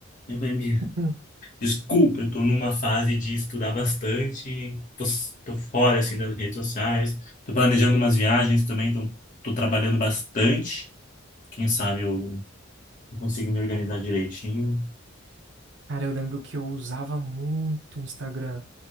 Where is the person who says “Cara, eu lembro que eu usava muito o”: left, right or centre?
Right